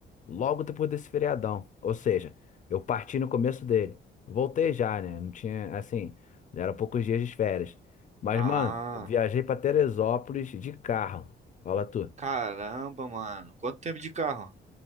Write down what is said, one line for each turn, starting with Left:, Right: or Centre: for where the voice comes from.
Left: logo depois desse feriadão. Ou seja, eu parti no começo dele. Voltei já, né? Não tinha, assim, já eram poucos dias de férias. Mas,
Right: Ah,
Left: mano, viajei pra Teresópolis de carro. Fala tu.
Right: caramba, mano. Quanto tempo de carro?